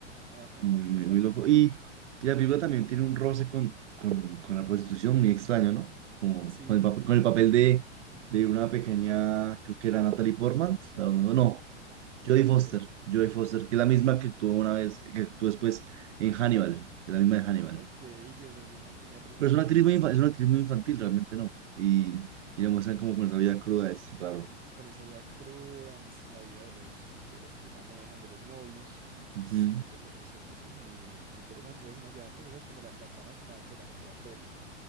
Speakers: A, on the right; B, on the right.
A: Ajá,
B: muy,
A: esa
B: muy, muy loco. Y, y la película
A: es muy
B: también
A: loco.
B: tiene un roce con, con, con la prostitución muy extraño, ¿no? Como
A: Sí,
B: con el, pap-
A: es.
B: con el papel de, de una pequeña, creo que era Natalie Portman, a lo mejor- no,
A: Ajá, no
B: Jodie
A: me acuerdo.
B: Foster, Jodie Foster, que es la misma
A: Sí.
B: que actuó una vez, que actuó después en Hannibal, es la misma de Hannibal.
A: Ok, yo, yo, yo no tenía presente
B: Pero es una
A: bien
B: actriz
A: que-
B: muy, infa-
A: quién
B: es una
A: era
B: actriz
A: la actriz.
B: muy infantil, realmente no. Y,
A: Ajá.
B: y le muestran como con esa vida cruda, es raro.
A: Con esa vida cruda, muestran la vida de los, de los que manejan, de los novios.
B: Ujú,
A: Y eso, eso, eso es muy, muy interesante. Esa escena ya, pues esa es como la, la trama final de la, de la peli,